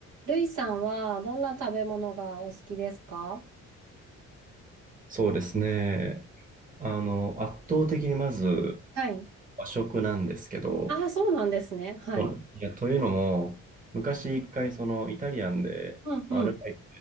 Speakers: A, on the right (about 75°); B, on the right (about 25°).
A: ルイさんはどんな食べ物がお好きですか
B: そうですね。あの、圧倒的にまず
A: はい。
B: 和食なんですけど、
A: ああ、そうなんですね。はい。
B: そうなんいや、というのも、昔一回そのイタリアンでまあアルバイ
A: うんうん。